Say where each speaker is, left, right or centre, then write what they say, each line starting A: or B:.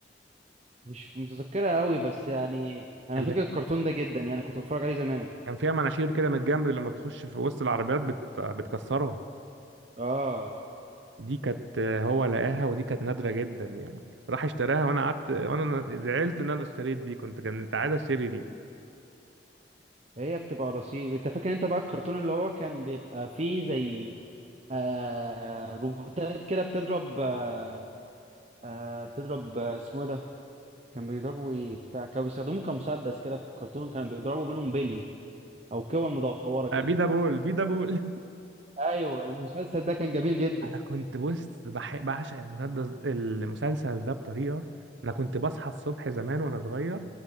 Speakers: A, on the right; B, on the right.
A: مش متذكرها قوي بس يعني انا
B: اللي
A: فاكر الكرتون ده جدا يعني كنت بتفرج عليه زمان
B: كان فيها مناشير كده من الجنب لما بتخش في وسط العربيات بت... بتكسرهم
A: اه
B: دي كانت هو لقاها ودي كانت نادرة جدا يعني راح اشتراها وانا قعدت وانا زعلت ان انا اشتريت دي كنت كنت عايز اشتري دي
A: هي بتبقى رصيف انت فاكر انت بقى الكرتون اللي هو كان بيبقى فيه زي آه روبوتات كده بتضرب آه آه بتضرب آه اسمه إيه ده كان بيضربوا ايه بتاع كانوا بيستخدموه كمسدس كده في الكرتون كانوا بيضربوا منهم بلي او كور مدوره كده
B: آه، بيدا بول بيدا بول <laughs>
A: ايوه المسلسل ده كان جميل جدا
B: انا كنت بص بح- بعشق المسدس المسلسل ده بطريقة انا كنت بصحى الصبح زمان وانا صغير